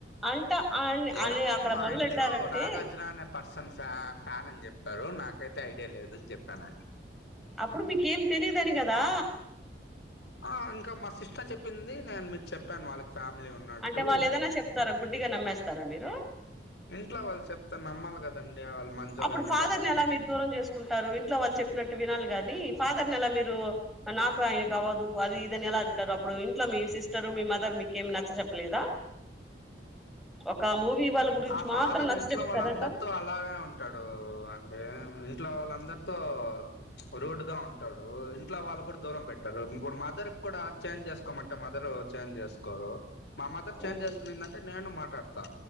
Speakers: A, in the centre; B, on the left.
A: అంట అని అని
B: ఏమం
A: అక్కడ
B: మా
A: మొదలెట్టారంటే
B: ఇంట్లో నాగార్జున అనే పర్సన్ ఫ ఫ్యాన్ అని చెప్పారు నా నాకైతే ఐడియా లేదుని చెప్పానున్ని
A: అప్పుడు మీకేం తెలిదని కదా
B: ఆ ఇంకా మా సిస్టర్ చెప్పింది నేను మీకు చెప్పాను వాళ్ళకి ఫ్యామిలీ ఉన్నట్టు
A: అంటే వాళ్ళు ఏదైనా చెప్తారా గుడ్డిగా నమ్మేస్తారా మీరు
B: ఇంట్లో వాళ్ళు చెప్తే నమ్మాలి కదండి వాళ్ళు మంచోళ్ళైనా
A: అప్పుడు ఫాదర్
B: చెడ్డోళ్ళైనా
A: ని ఎలా మీరు దూరం చేసుకుంటారు ఇంట్లో వాళ్ళు చెప్పినట్టు వినాలి కాగాని ఫాదర్ న ఎలా మీరు నాకు ఆయనకు అవ్వదు అది ఏదని ఎలా అంటారు అప్పుడు ఇంట్లో మీ సిస్టరు మీ మదర్ మీకేం నచ్చ చెప్పలేదా ఒక మూవీ వాళ్ళ గురించి
B: ఆ ఫాదర్
A: మాత్రం నచ్చ
B: ఇంట్లో
A: చెప్తారంటారు
B: వాళ్ళ అందరితో అలాగే ఉంటాడు ఊ దే ఇంట్లో వాళ్ళందరితో రూడ్గా ఉంటాడు ఇంట్లో వాళ్ళు కూడా దూరం పెట్ ఇప్పుడు మదర్ కూడా చేంజ్ చేసుకోమంటే మదర్ చేంజ్ చేసుకోరు మా మదర్
A: హ్మ్.
B: చేంజ్ చేసుకునిందంటే నేను మాట్లాడుతా